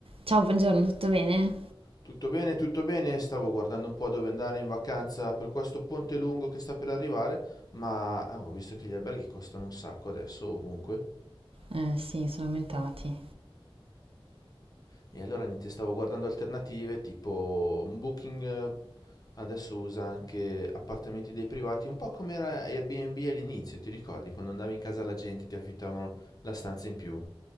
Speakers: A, on the right; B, on the left.
A: Ciao, buongiorno, tutto bene?
B: Tutto bene, tutto bene, stavo guardando un po' dove andare in vacanza per questo ponte lungo che sta per arrivare, ma ah, ho visto che gli alberghi costano un sacco adesso ovunque.
A: Eh sì, sono aumentati.
B: E allora niente, stavo guardando alternative tipo un Booking, eh, adesso usa anche appartamenti dei privati, un po' come era Airbnb all'inizio, ti ricordi? Quando andavi in casa alla gente ti affittavano la stanza in più.